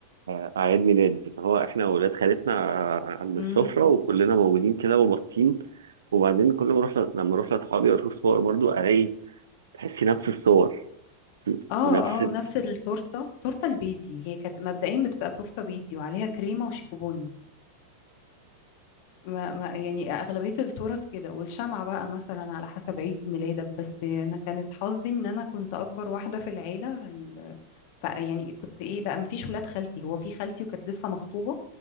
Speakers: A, on the right (about 65°); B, on the left (about 45°).
A: آه، اعياد ميلاد اللي هو احنا واولاد خالتنا آه، عند السفره
B: امم
A: وكلنا موجودين كده وباصين وبعدين كل ما اروح ل- لما اروح لاصحابي واشوف صور برضو الاقي تحسي نفس الصور
B: اه
A: ونفس ال...
B: اه نفس التورتة تورتة البيتي هي كانت مبدئيا بتبقى تورتة بيتي وعليها كريمة وشيكوبون ما ما يعني أغلبية التورت كده والشمعة بقى مثلا على حسب عيد ميلادك بس أنا كانت حظي إن أنا كنت أكبر واحدة في العيلة ال- ف يعني كنت إيه بقى مفيش ولاد خالتي هو في خالتي وكانت لسه مخطوبة